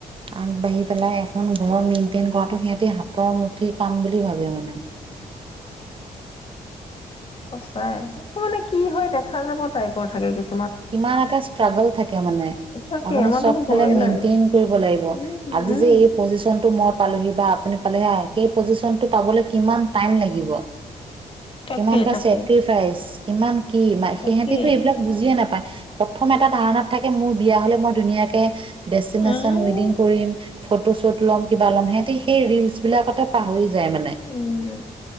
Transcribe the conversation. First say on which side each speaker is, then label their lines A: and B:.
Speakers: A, on the right; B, on the left.
A: আগবাঢ়ি পেলা এখন ঘৰ মেইনটেইন কৰাটো সিহঁতি হাতৰ মুঠিৰ কাম বুলি ভাবে মানে।
B: সঁচাই, সেইটো মানে কি হয় দেখা যাব টাইপৰ থাকে কিছু
A: কিমান এটা স্ত্ৰাগ'ল থাকে মানে,
B: তাকে
A: আপুনি
B: আমাৰ
A: চব
B: দেখোন
A: ফালে
B: ভয়ে
A: মেইনটেইন
B: লাগে
A: কৰিব লাগিব
B: উম
A: আজি
B: উম
A: যে এই পজিচনটো মই পালোহি বা আপুনি পালেহি, সেই পজিচনটো পাবলে কিমান টাইম লাগিব।
B: তাকে
A: কিমানটা
B: তাকে
A: চেক্ৰিফাইচ কিমান কি মা
B: তাকে
A: সিহেতিটো এইবিলাক বুজিয়ে নাপা প্ৰথম এটা ধাৰণাত থাকে মোৰ বিয়া হলে মই ধুনীয়াকে ডেচটিনেচন
B: উম
A: ৱেডিং কৰিম, ফটো শ্বুট ল'ম, কিবা ল'ম সিহঁতি সেই ৰিলছ বিলাকতে পাহৰি যা যায় মানে।
B: উম